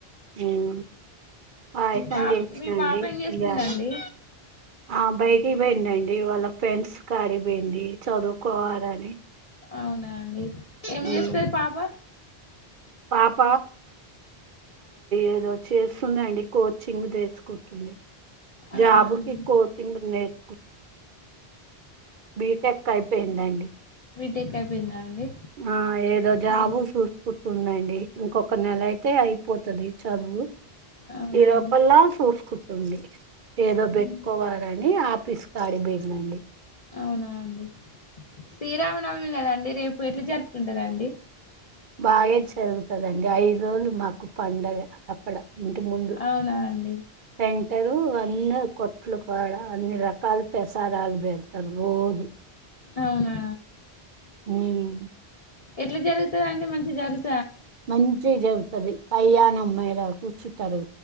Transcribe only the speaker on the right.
ఉమ్, పాయసం
చేసినండి
ఇయ్యాల ఆ బయటికి పోయిందిండి వాళ్ళ ఫ్రెండ్స్ డి పోయింది చదువుకోవాలని
ఉమ్,
పాప ఏదో చేస్తుందండి కోచింగ్ తెసుుకుతుంది
జాబ్
కీ కోచింగ్ నే <inaudible> కు బీటెక్ అయిపోయిందండి
ఆ ఏదో
జాబు చూసుకుంటుందండి ఇంకొ ఒక నెల అయితే అయిపోతాది చదువు
ఈ లోూపలా
చూసుకుంటుంది ఏదో
బట్కోవాలి అని ఆ పిస్కాడి బేకనండి
బాగా జరుగుతుదండి ఐదు రోజులు మాకు పండగ అప్పడ ఇంటి ముందు
సెంటరు అన్న కొట్లు కూడాడ అన్ని రకాల పెసారాలు పెడతారు రోజు
ఉమ్
మంచి జరుగుతుది పైయాణం మరా కూర్చుంటారు